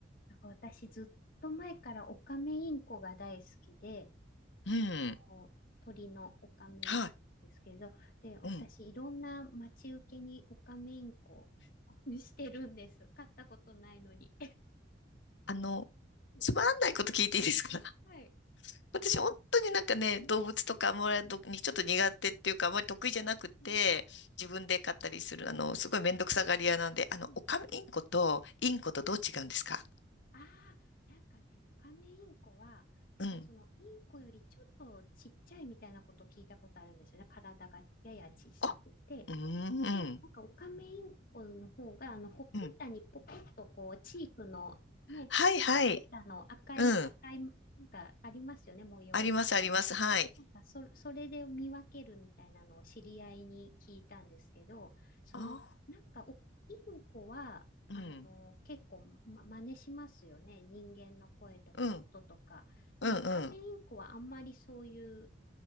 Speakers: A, on the left; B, on the left.
A: なんか私ずっと前からオカメインコが大好きで、
B: うん。
A: こう鳥のオカメインコなんですけど、
B: はい。
A: で、私、
B: うん。
A: いろんな待ち受けにオカメインコをしてるんです。飼ったことないのに。
B: あの、
A: <laughs>
B: つまんないこと聞いていいですか
A: はい。
B: <laughs> 私、本当になんかね、動物とかあんまりどにちょっと苦手っていうか、あんまり得意じゃなくて、
A: うん
B: 自分で飼ったりする、あの、すごいめんどくさがり屋なんで、
A: うん
B: あの、
A: うん
B: オカメインコとインコとどう違うんですか
A: うんああ、なんかね、オカメインコは、なんかそのインコよりちょっとちっちゃいみたいなことを聞いたことあるんですよね。
B: うん。
A: 体がやや小さくて。
B: あ、うーん、うん。
A: で、なんかオカメインコの方が、あの、ほっぺたにポコッとこう、
B: うん
A: チークのね、
B: はいはい。
A: ほっぺたの赤い、
B: うん。
A: 赤い、なんかありますよね、模様が。
B: あります、あります。はい。
A: なんかそれ、それで見分けるみたいなのを知り合いに聞いたんですけど、その、
B: あ
A: なんかお、インコは、
B: あ、
A: あの、
B: うん。
A: 結構、ま、真似しますよね。人間の声とか音とか。
B: うん、
A: でも、
B: うん、
A: オカメインコはあんまりそういう、
B: うん。